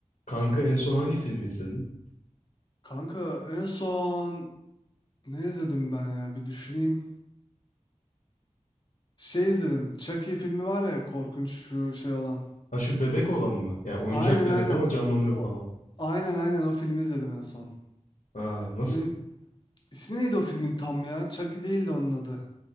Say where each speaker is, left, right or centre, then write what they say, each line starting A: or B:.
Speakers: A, on the left; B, on the left.
A: Kanka en son hangi filmi izledin?
B: Kanka en son ne izledim ben ya bir düşüneyim. Şey izledim. Chucky filmi var ya korkunç şu şey olan.
A: Ha şu bebek olan mı? Ya oyuncak
B: Aynen
A: bebek
B: aynen.
A: ama canlanıyor
B: O,
A: falan.
B: aynen aynen o filmi izledim en son.
A: Ha nasıl?
B: Ne, ismi neydi o filmin tam ya? Chucky değildi onun adı.